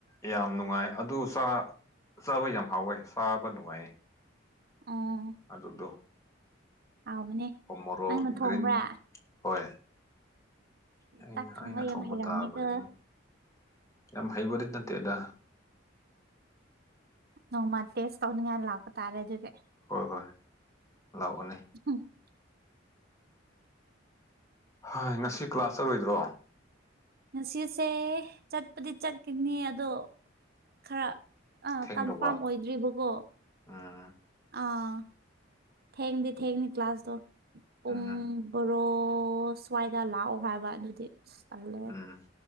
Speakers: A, on the left; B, on the right.
A: ꯌꯥꯝ ꯅꯨꯡꯉꯥꯏ ꯑꯗꯨ ꯆꯥ ꯆꯥꯕ ꯌꯥꯝ ꯍꯥꯎꯋꯦ ꯆꯥꯕ ꯅꯨꯡꯉꯥꯏꯌꯦ
B: <unintelligible>
A: ꯑꯗꯨꯗꯣ
B: ꯍꯥꯎꯕꯅꯦ
A: ꯎꯃꯣꯔꯣꯛ
B: ꯅꯪꯅ ꯊꯣꯡꯕ꯭ꯔꯥ
A: ꯒ꯭ꯔꯤꯟ ꯍꯣꯏ ꯑꯩꯅ
B: ꯆꯥꯛ
A: ꯑꯩꯅ ꯊꯣꯡꯕ
B: ꯌꯥꯝ ꯍꯩꯔꯝꯅꯤꯒ
A: ꯇꯥꯕꯅꯤꯅ ꯌꯥꯝ ꯍꯩꯕꯗꯤ ꯅꯠꯇꯦꯗ
B: ꯅꯣꯡꯃ ꯇꯦꯁ ꯇꯧꯅꯤꯡꯉꯥꯏ ꯂꯥꯛꯄ ꯇꯥꯔꯦ ꯑꯗꯨꯗꯤ
A: ꯍꯣꯏ ꯍꯣꯏ ꯂꯥꯛꯑꯣꯅꯦ
B: <unintelligible>
A: ꯍꯥꯏ ꯉꯁꯤ ꯀ꯭ꯂꯥꯁ ꯆꯠꯂꯣꯏꯗ꯭ꯔꯣ
B: ꯉꯁꯤꯁꯦ ꯆꯠꯄꯗꯤ ꯆꯠꯀꯥꯅꯤ ꯑꯗꯣ ꯈꯔ ꯑꯥ
A: ꯊꯦꯡꯗꯧꯕ
B: ꯀꯟꯐꯥꯔꯝ ꯑꯣꯏꯗ꯭ꯔꯤꯕꯀꯣ
A: ꯎꯝ
B: ꯑꯥ ꯊꯦꯡꯗꯤ ꯊꯦꯡꯉꯦ ꯀ꯭ꯂꯥꯁꯇꯣ ꯄꯨꯡ
A: ꯎꯝ
B: ꯕꯣꯔꯣ ꯁ꯭ꯋꯥꯏꯗ ꯂꯥꯛꯑꯣ ꯍꯥꯏꯕ ꯑꯗꯨꯗꯤ ꯑꯁ ꯇꯜꯂꯦ
A: ꯎꯝ